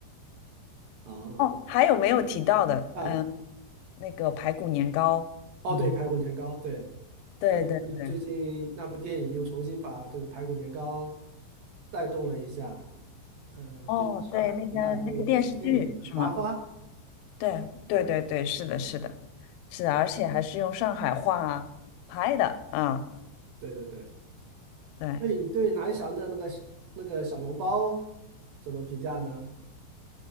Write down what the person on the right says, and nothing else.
啊
啊！
哦，
对，排骨年糕，对，
特别是最近那部电影又重新把这个排骨年糕
带动了一下。呃，
最近上海的那一部什么电影来着？
《繁花》。
对对对，
对你对南翔的那个那个小笼包怎么评价呢？